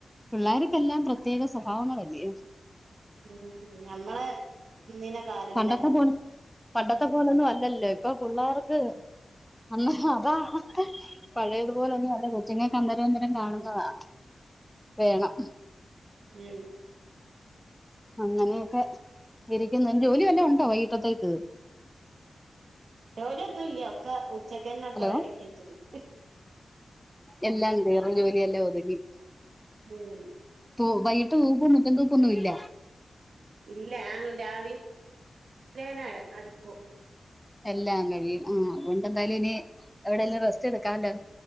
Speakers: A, in the centre; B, on the right.
A: പിള്ളേർക്കെല്ലാം പ്രത്യേക സ്വഭാവങ്ങളല്ലയോ
B: മ് ഞമ്മളെ ഇന്നീന കാലല്ല
A: പണ്ടത്തെ പോലെ പണ്ടത്തെ പോലൊന്നും അല്ലല്ലേ ഇപ്പൊ പിള്ളാർക്ക് അന്ന് അതാ പഴയതുപോലെ ഒന്നു അല്ല ഞങ്ങ കന്ദരമന്ദരം കാണുന്നതാ
B: ഉം
A: വേണം
B: മ്
A: അങ്ങനെയൊക്കെ ഇരിക്കുന്ന ജോലി വല്ലോം ഉണ്ടോ വൈകിട്ടത്തേക്ക്
B: ജോലി ഒന്നുല്ല്യാ ഒക്കെ ഉച്ചക്കന്നെ ഒക്കെ
A: ഹലോ
B: റെഡിക്ക് വെച്ചിട്ട്
A: എല്ലാം തീർന്ന് ജോലിയെല്ലാം ഒതുക്കി.
B: ഉം
A: ഓ വൈകിട്ട് തൂപ്പൊന്നും മുറ്റം തൂപ്പൊന്നും ഇല്ല.
B: ഇല്ല ഞൻ രാവില് രാവിലെന്നെ അടിക്കും.
A: എല്ലാം കഴിയും ആ അതുകൊണ്ട് എന്തായാലും ഇനി എവിടെയെല്ലാം റെസ്റ്റ് എടുക്കാലോ